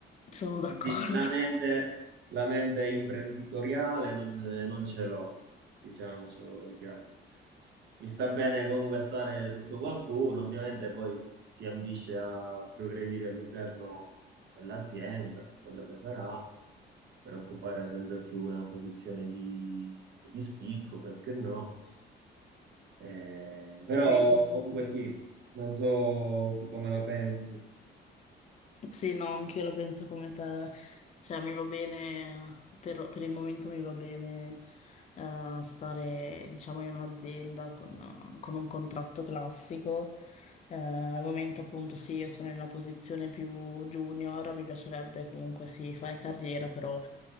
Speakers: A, on the left (about 35°); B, on the right (about 65°).
A: Sono
B: Quindi
A: d'accordo.
B: la mente,
A: <laughs>
B: la mente imprenditoriale non, non ce l'ho, diciamocelo chiaro. Mi sta bene comunque stare sotto qualcuno, ovviamente poi si ambisce a progredire all'interno dell'azienda, quello che sarà, per occupare sempre più una posizione di, di spicco, perché no? Eh, però
A: Sì, quello
B: comunque
A: sì.
B: sì, non so tu come la pensi.
A: Sì, no, anche io la penso come te. Cioè, mi va bene, per, per il momento mi va bene eh, stare, diciamo, in un'azienda con, con un contratto classico. Eh, al momento, appunto, sì, io sono in una posizione più junior, mi piacerebbe comunque, sì, fare carriera, però